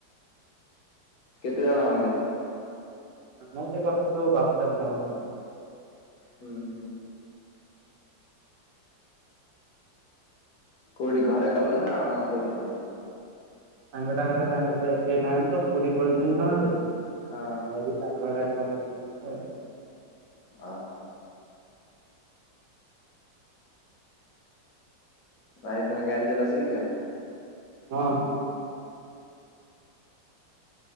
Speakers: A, on the left; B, on the right.
A: କେତେ ଜଣ କଲେ?
B: ମୁତ କରଥୁଲୁ ବାର୍ ତେର ଜଣ <unintelligible>
A: ହୁଁ, ହୁଁ। କୋଉଠି? ଘରେ କଲ୍ ନା କୋଉଠି କଲ?
B: ସାଙ୍ଗ ଟା ଘରେ, ତାଙ୍କ ଘରେ କେହି ନାହାଁନ୍ତି ତ! ପୁରୀ ପଳେଇଚନ୍ତି ସମସ୍ତେ।
A: ହଁ
B: ଯାଇକି ତା ଘରେମ <unintelligible>
A: ଅହ। ଭାଇ, ତମେ ଗାଡି ଚଲା ଶିଖିଛ?
B: ହଁ ହଁ।